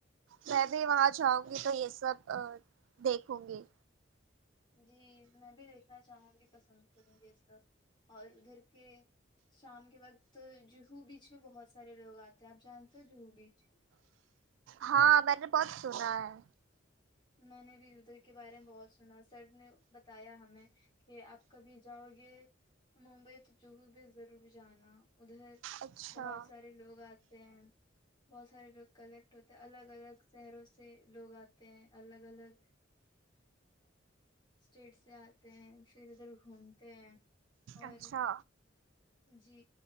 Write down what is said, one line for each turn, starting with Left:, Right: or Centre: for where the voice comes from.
Right: میں بھی وہاں جاؤں گی تو یہ سب دیکھوں گی
Left: جی میں بھی دیکھنا چاہوں گی پسند کروں گی سب اور ادھر کے شام کے وقت جوہو بیچ میں بہت سارے لوگ آتے ہیں آپ جانتے ہو جوہو بیچ
Right: ہاں میں نے بہت سنا ہے
Left: میں نے بھی ادھر کے بارے میں بہت سنا سر نے بتایا ہمیں کہ آپ کبھی جاؤ گے ممبئی تو جوہو بیچ ضرور جانا ادھر
Right: اچھا
Left: بہت سارے لوگ آتے تے ہیں بہت سارے لوگ کلیکٹ ہوتے ہیں الگ الگ شہروں سے لوگ آتے ہیں الگ الگ اسٹیٹ سے آتے ہیں پھر ادھر گھومتے ہیں اور
Right: اچھا
Left: جی